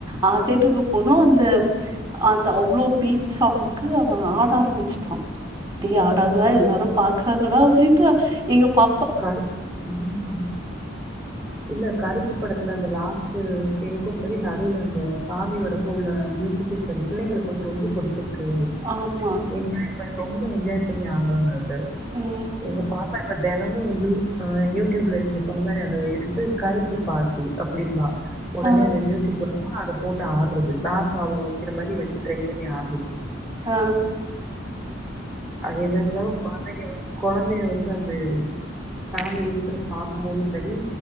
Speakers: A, on the right (about 15°); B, in the centre.
A: அ தேடருக்கு போனா அந்த அந்த அவ்ளோ பீட் சாங்க்குக்கு அவெ ஆட ஆரம்பிச்சு டா டேய் ஆடாதடா
B: ம்.
A: எல்லாரு பாக்குறாங்கடா அப்டின்னா எங்க பா
B: கருப்பு ம் இல்ல கருப்பு படத்துல அந்த லாஸ்டு சீனுக்கு சரி ந நடூல அந்த சாமி வறக்கு உள்ள மியூசிக்கு சரி பிள்ளைங்களுக்கு வந்து ரொம்ப புடுச்சுருக்கு அது
A: ஆமா
B: என்ஜாய் பண்ண ரொம்ப என்ஜாய் பண்ணி ஆற்றாங்க அத
A: ம்
B: எங்க பாப்பா இப்ப தெ தெனமு யு அ யூடியூப்ல நீங்க சொன்ன மாரி அத எடுத்து கருப்பு பாட்டு அப்புடிம்பா ஒடனே
A: ஆ
B: அந்த மியூசிக் வருமா அத போட்டு ஆட்றது நாக்க அவுங்க வைக்கிற மாரி வச்சு ட்ரை பண்ணி ஆட்றது
A: அ
B: அது என்ன இருந்தாலு கொழந்தைங்க வந்து கொழந்தைய வந்து அந்த ஃபேமிலி ரூபத்துல பாக்கும்போது சரி